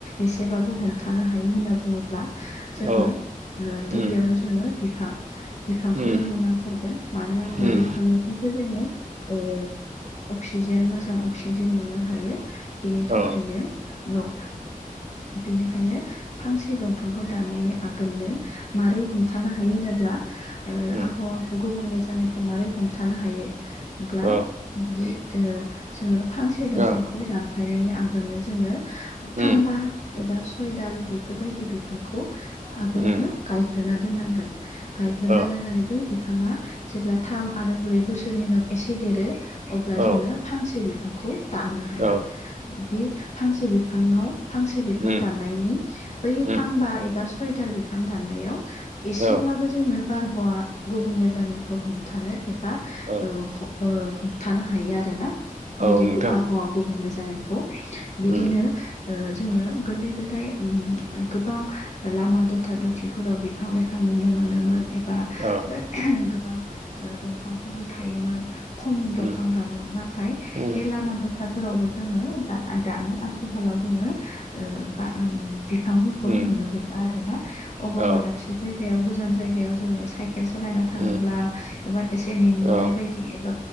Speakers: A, on the left; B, on the right.
A: एसेबाबो हमथानो हायो। हायो होनना बुङोब्ला जोङो
B: औ
A: गिबियावनो
B: उम
A: जोङो बिफां। बिफांखौ
B: उम
A: जोङनो नांथारगोन मानो होनब्ला
B: उम
A: बिफांनि जोङो ओ अक्सिजेन मोजां अक्सिजेन मोननो हायो। थाखायनो
B: औ
A: औ बेनिखायनो फांसे दंफांखौ दानायनि आगोलनो मारै हमथानो हायो होनोब्ला ओ
B: उम
A: आबहावाखौ गुबुंले जानायखौ मारै हम थानो हायो अब्ला
B: औ
A: बिदि जोङो फांसे दंफांखौ
B: औ
A: दानफायनायनि आगोलनो जोङो
B: उम
A: फांबा एबा सयदाल बेफोरबायदि बिफांखौ आगोलावनो
B: उम
A: गायग्रोना दोननांगोन गायग्रोना
B: औ
A: दोननानै बै बिफाङा जेब्ला थाम आरो ब्रै बोसोरनि उनाव एसे देरो अब्ला
B: औ
A: जोङो फांसे बिफां खौ दाननो हायो
B: औ
A: बे फांसे बिफाङाव फांसे बिफां
B: उम
A: दाननायनि बै
B: उम
A: फांबा एबा सयदाल बिफां दाननायाव एसेब्लाबो
B: औ
A: जोंनो बारहावा गुबुंले जानायखौ हमथानो एबा
B: औ
A: ओ ह हमथानो हायो आरो ना
B: नोंथां
A: बिदि आबहावा गुबुंले जानाय खौ बिदिनो
B: उम
A: ओ जोङो गोदो गोदाय उम गोबां ओ लामा दथा दथिफोराव बिफां लाइफां फां नुनो मोनोमोन एबा
B: औ
A: <inaudible> गोबां ओ दंफांफोरबो थायोमोन खम
B: उम
A: दंफां दानोमोन नाथाय
B: उम
A: बे लामा दथाफोरावबो जों जोङो दाना दानि आथिखालाव जोङो ओ बा उम बिफांफोरखौ
B: उम
A: नुनो गैला आरो ना अबबा
B: औ
A: दाबसे जायगायाव बेयाव गोजान जायगायाव जोङो साइकेल सालायना थाङोब्ला
B: उम औ
A: एबा एसे मेंलुनाय
B: औ
A: बायदि दि एबा